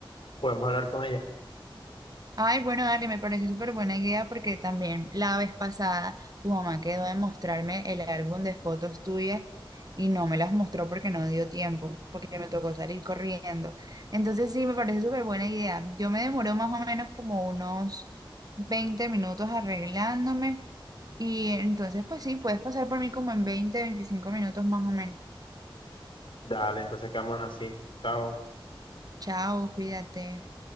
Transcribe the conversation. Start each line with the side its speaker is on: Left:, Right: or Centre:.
Left: podemos hablar con ella.
Right: Ay, bueno, dale, me parece súper buena idea porque también la vez pasada tu mamá quedó de mostrarme el álbum de fotos tuyas y no me las mostró porque no dio tiempo, porque me tocó salir corriendo. Entonces sí, me parece súper buena idea. Yo me demoró más o menos como unos 20 minutos arreglándome y entonces pues sí, puedes pasar por mí como en 20, 25 minutos más o menos.
Left: Dale, entonces quedamos así. Chao.
Right: Chao, cuídate.